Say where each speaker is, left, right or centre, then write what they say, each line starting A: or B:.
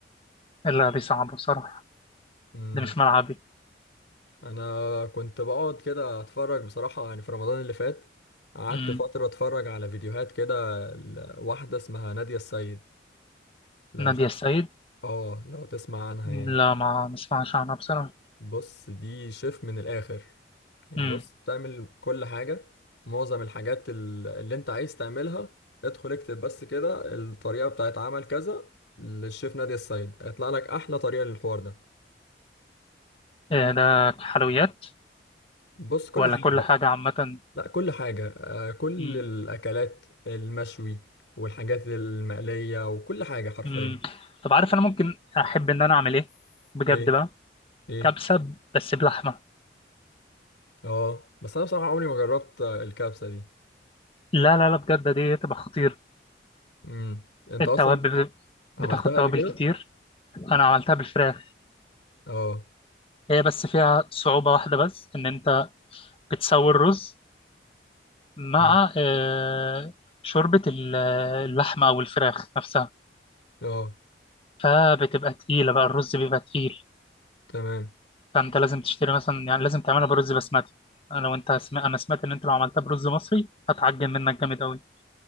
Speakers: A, on the left; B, on the left.
A: الا دي صعبه بصراحه
B: امم
A: دي مش ملعبي
B: انا كنت بقعد كده اتفرج بصراحة يعني في رمضان اللي فات قعدت
A: مم.
B: فترة اتفرج على فيديوهات كده ل- واحدة اسمها نادية السيد لو
A: ناديه
B: مش عارف
A: السيد
B: اه لو تسمع عنها يعني
A: لا ما نسمعش عنها بصراحه
B: بص دي شيف من الآخر يعني
A: مم.
B: بص تعمل كل حاجة معظم الحاجات ال- اللي انت عايز تعملها ادخل اكتب بس كده الطريقة بتاعت عمل كذا للشيف نادية السيد هيطلع لك أحلى طريقة للحوار ده
A: إيه ده حلويات
B: بص كل
A: ولا
B: حاجة
A: كل
B: بقى
A: حاجه عامه
B: لا كل حاجة آه، كل
A: مم.
B: الأكلات المشوي والحاجات المقلية وكل حاجة حرفيا
A: مم. طب عارف انا ممكن احب ان انا اعمل ايه بجد
B: ايه
A: بقى
B: ايه
A: كبسه بس بلحمه
B: اه بس أنا بصراحة عمري ما جربت آه، الكبسة دي
A: لا لا لا بجد دي تبقى خطير
B: امم انت
A: التوابل
B: أصلا عملتها
A: بتاخد توابل
B: قبل كده؟
A: كتير انا عملتها بالفراخ
B: اه
A: هي بس فيها صعوبة واحدة بس ان انت بتسوي الرز مع
B: مم.
A: آه، شوربة ال- اللحمة او الفراخ نفسها
B: اه
A: فبتبقى تقيلة بقى الرز بيبقى تقيل
B: تمام
A: فانت لازم تشتري مثلا يعني لازم تعملها برز بسمتي انا وانت سمع... انا سمعت ان انت لو عملتها برز مصري هتعجن منك جامد قوي